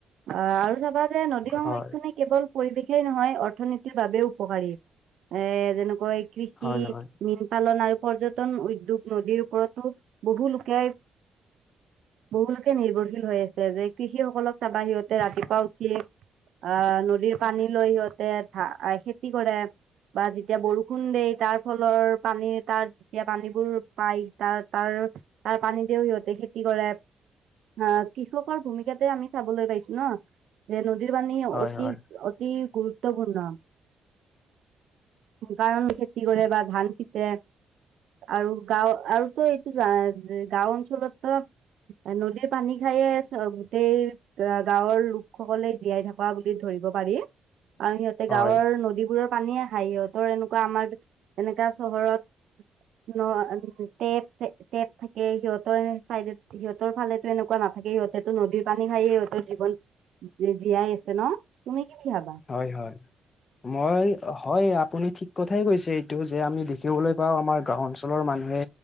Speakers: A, on the right; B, on the left.
A: অ আৰু চাবা যে নদী সংৰক্ষণে
B: হয়
A: কেৱল পৰিৱেশেই নহয় অৰ্থনীতিৰ বাবেও। উপকাৰী এ যেনেকৈ কৃষি,
B: হয় হয়
A: মীন পালন আৰু পৰ্যটন উদ্যোগ নদীৰ ওপৰতো বহু লোকে। বহুুলোকে নিৰ্ভৰশীল হৈ আছে যে কৃষি সকলক চাবা সিহঁতে ৰাতিপুৱা উঠি। আহ নদীৰ পানী লৈ সিহঁতে ধা খেতি কৰে। বা যেতিয়া বৰষুণ দেই তাৰ ফলৰ পানী তাৰ যেতিয়া পানীবোৰ পাই তাৰ তাৰ। তাৰ পানীতেও সিহঁতে খেতি কৰে অ কৃষকৰ ভূমিকাতে আমি চাবলৈ পাইছো ন যেনে। নদীৰ পানী
B: হয়
A: অতি-অতি
B: হয়
A: গুৰুত্বপূৰ্ণ। কাৰণ খেতি কৰে বা ধান সিচে। আৰু গাঁও আৰুতো এইটো যে গাঁও অঞ্চলত তো। নদীৰ পানী খায়য়ে চ গোটেই গাঁৱৰ লোকসকলে জীয়াই থকা বুলি ধৰি। <unintelligible> দিব পাৰি আৰু সিহঁতে
B: হয়
A: গাঁৱৰ নদী <unintelligible> পানী আহে সিহঁতৰ এনেকুৱা আমাৰ এনেকা চহৰত ন টেপ টেপ থাকে সিহঁতৰ চাইডত সিহঁতৰ ফালেো এনেকুৱা নাম। থাকে সিহঁতেতো নদীৰ পানী খায়ে সিহঁতৰ জীৱন জীয়াই আছে ন তুমি কি বুলি ভাবা?
B: হয় হয় মই। হয় আপুনি ঠিক কথাই কৈছে এইটো যে আমি দেখিবলৈ পাও আমাৰ গাও অঞ্চলৰ মানুহে